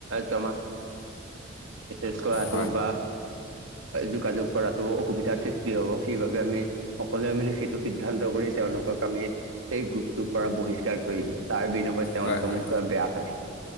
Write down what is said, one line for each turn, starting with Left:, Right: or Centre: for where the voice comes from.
Right: জমা বিশষকৈ ত'
Left: হয়।
Right: বা যোগাযোগ কৰাটো অসুবিধাৰ সৃষ্টি হ'ব, সেইবাবে আমি সকলোৱে মিলি সেইটো সিদ্ধান্ত কৰি তেওঁলোকক আমি সেই গ্ৰুপটোৰ পৰা বহিষ্কাৰ কৰিলো, তাৰ বিনিময়ত তেওঁলোকে
Left: হয় হয়।
Right: মোক বেয়া পালে।